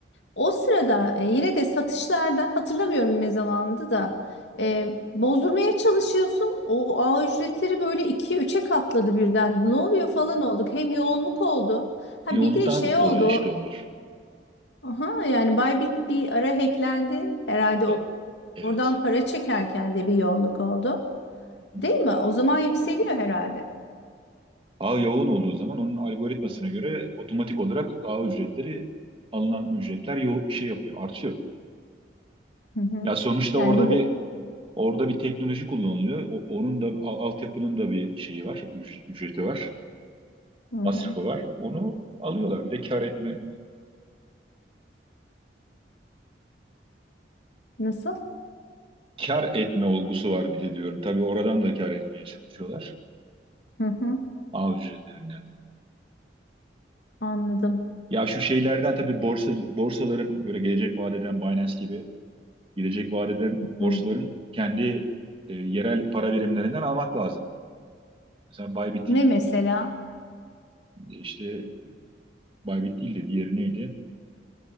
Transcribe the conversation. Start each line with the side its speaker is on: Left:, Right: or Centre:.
Left: O sırada e, yine de satışlarda hatırlamıyorum ne zamandı da e, bozdurmaya çalışıyorsun. O ağ ücretleri böyle 2 üçe katladı birden. Ne oluyor falan olduk. Hem yoğunluk oldu. Ha
Right: Yoğunluktan
Left: bir de şey oldu.
Right: dolayı işte
Left: o-
Right: onlar.
Left: Aha, yani Bybit bir ara hacklendi. Herhalde
Right: E,
Left: o-
Right: Evet.
Left: oradan para çekerken de bir yoğunluk oldu.
Right: Hı-hı.
Left: Değil mi? O zaman yükseliyor herhalde.
Right: Ağ yoğun olduğu zaman onun algoritmasına göre otomatik olarak ağ ücretleri alınan ücretler yo şey yapıyor, artıyor.
Left: Hı hı.
Right: Ya sonuçta
Left: Yani
Right: orada
Left: bu,
Right: bir
Left: bu...
Right: Orada bir teknoloji kullanılıyor. O- onun da al- altyapının da bir şeyi var, üc- ücreti var,
Left: Hı hı.
Right: masrafı var. Onu alıyorlar. Bir de kar etme
Left: Nasıl?
Right: kar etme olgusu var bir de diyorum. Tabii oradan da kar etmeye çalışıyorlar.
Left: Hı hı.
Right: Ağ ücretlerinden.
Left: Anladım.
Right: Ya şu şeylerden tabii borsa borsaların böyle gelecek vadeden Binance gibi gelecek vadeden
Left: Hı.
Right: borsaların kendi e, yerel para birimlerinden almak lazım. Mesela Bybit'in
Left: Ne mesela?
Right: e, işte Bybit değil de diğeri neydi?